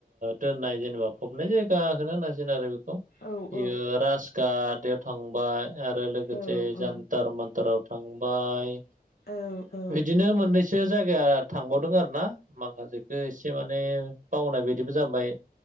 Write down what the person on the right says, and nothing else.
दोननाय जेनेबा फबनाय जायगााखो होनांसिगोन आरो बेखौ बेयो
हासकाद आदयाव थांबाय आरो लोगोसे
जान्थार मान्थाराव थांबाय।
बिदिनो मोननैसो जायगा थांबावदों आरो ना। माखासेखो एसे माने बावनाय बायदिबो जाबाय।